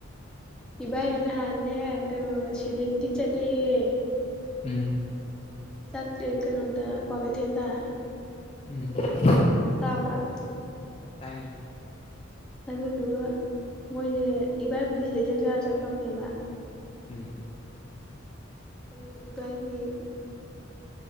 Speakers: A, in the centre; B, on the left.
A: ꯏꯕꯥꯏꯅꯦ ꯅꯍꯥꯟꯅꯦꯦꯛ ꯀꯩꯅꯣ ꯁꯤꯦꯂꯤꯡꯒꯤ ꯆꯠꯂꯌꯦꯦ
B: ꯎꯝ
A: ꯆꯥꯛꯦ ꯀꯩꯅꯣꯗ ꯀ꯭ꯋꯥꯀꯩꯊꯦꯜꯗ
B: ꯎꯝ
A: ꯇꯥꯕ꯭ꯔ
B: ꯇꯥꯏ
A: ꯑꯗꯨꯗꯨꯒ ꯃꯣꯏꯁꯦ ꯏꯕꯥꯏꯄꯨꯗꯤ ꯁꯤꯗꯩ ꯆꯥꯛ ꯆꯥꯔ ꯆꯠꯈ꯭ꯔꯕꯅꯦꯕ
B: ꯎꯝ
A: ꯑꯗꯨꯒ ꯏꯕꯥꯏꯒꯤ